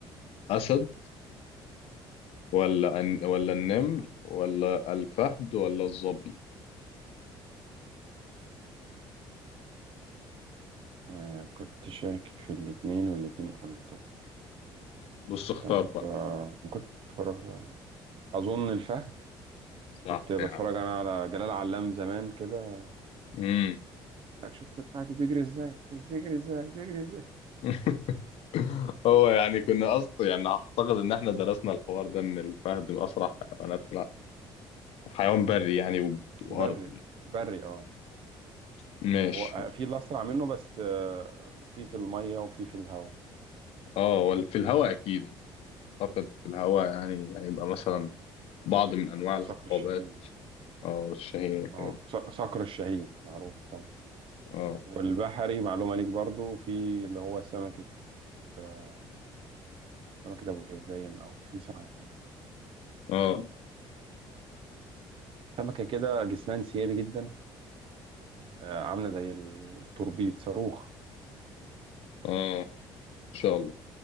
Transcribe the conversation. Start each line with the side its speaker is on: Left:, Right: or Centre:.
Left: اسد ولا أن... ولا النمر ولا الفهد ولا الظبي
Right: آه كنت شاكك في الاتنين والاتنين قلته
Left: بص اختار
Right: طب
Left: بقى
Right: آه كنت بتفرج أظن الفهد
Left: صح
Right: كنت بتفرج
Left: يا
Right: أنا على جلال علام زمان كده
Left: عم
Right: لك شفت الفهد بيجري ازاي بيجري ازاي بيجري ازاي
Left: <laughs> هو يعني كنا اصلا يعني اعتقد ان احنا درسنا الحوار ده ان الفهد من اسرع حيوانات في الع- حيوان بري يعني و- وارضي
Right: بري بري اه
Left: ماشي
Right: هو آه، في اللي أسرع منه بس آه في في المية وفي في الهواء
Left: اه ولا في الهواء اكيد اعتقد في الهواء يعني هيبقى مثلا بعض من انواع العقابات
Right: صقر الشاهين
Left: اه الشاهين والحاجات
Right: اه
Left: دي
Right: ص- صقر الشاهين معروف طبعا
Left: اه
Right: والبحري معلومة ليك برضو في اللي هو سمكة آه، سمكة أبو قير باين أو في سمكة كده
Left: اه
Right: سمكة كده جسمها انسيابي جدا آه، عاملة زي التوربيد صاروخ
Left: اه ان شاء الله